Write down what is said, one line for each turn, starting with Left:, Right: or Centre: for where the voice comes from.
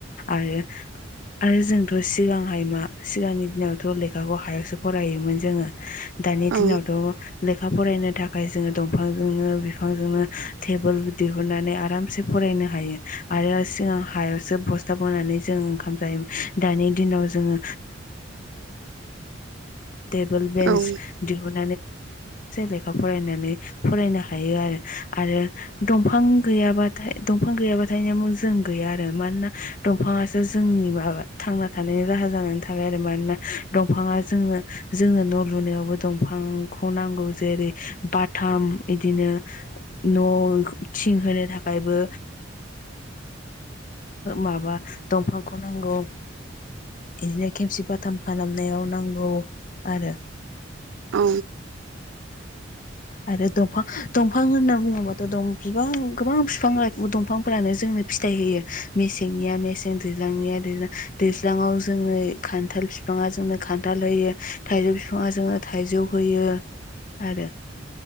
Left: आरो आरो जोंथ' सिगांहाय मा सिगांनि दिनावथ' लेखाखौ हायावसो फरायोमोन जोङो दानि
Right: औ
Left: दिनावथ' लेखा फरायनो थाखाय जोङो दंफांजोंनो बिफांजोंनो टेबोल दिहुननानै आरामसे फरायनो हायो आरो सिगां हायावसो बस्थाब बोनानै जों ओंखाम जायो। दानि दिनाव जोङो टेबोल बेन्स
Right: औ
Left: दिहुन लेखा फरायनानै फरायनो हायो आरो दंफां ग गैयाबाथाय दंफां गैयाबाथाय जों गैया आरो मानोना दंफाङासो जोंनि माबा थांना थानायनि राहा जानानै थाबाय आरो मानोना दंफाङा जोंनो जोंनो न' लुनायावबो दंफां बिफांखौ नांगौ जेरै बाथाम बिदिनो न' थिंहो थाखायबो माबा दंफांखौ नांगौ बिदिनो खेमसि फाथाम खालामनायाव नांगौ आरो-
Right: औ
Left: आरो दंफां दंफां होनना बुङोबाथ' बिफां गोबां बिफां दंफांफोरानो- जोंनो फिथाइ होयो मेसेंनिया मेसें दैज्लांनिया दैज्लां- दैज्लाङाव जोङो खान्थाल बिफाङा जोंनो खान्थाल होयो थाइजौ बिफाङा जोंनो थाइजौ- होयो आरो